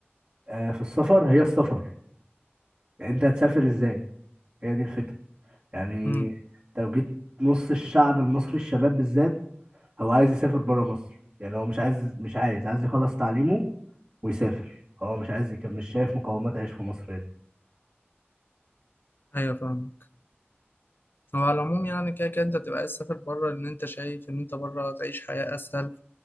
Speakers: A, on the right; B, on the left.
A: آه، في السفر هي السفر يعني انت هتسافر ازاي هي دي الفكرة يعني
B: امم
A: انت لو جيت نص الشعب المصري الشباب بالذات هو عايز يسافر بره مصر يعني هو مش عايز مش عايز عايز يخلص تعليمه ويسافر هو مش عايز يكمل مش شايف مقومات عيش في مصر هنا
B: ايوه فاهمك هو على العموم يعني كده كده انت بتبقى عايز تسافر بره ان انت شايف ان انت بره تعيش حياة اسهل